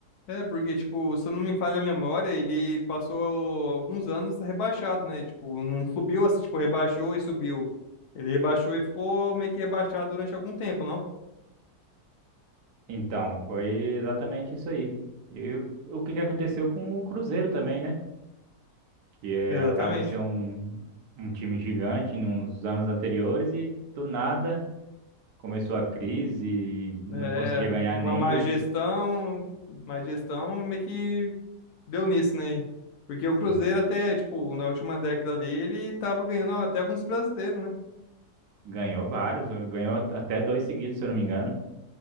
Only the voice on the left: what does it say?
É, porque, tipo, se eu não me falha a memória, ele passou alguns anos rebaixado, né? Tipo, não subiu assim, tipo, rebaixou e subiu. Ele rebaixou e ficou meio que rebaixado durante algum tempo, não?
Exatamente.
É,
uma
má
gestão, má gestão meio que deu nisso, né? Porque o Cruzeiro
até, tipo, na última década ali, ele tava ganhando até alguns brasileiros, né?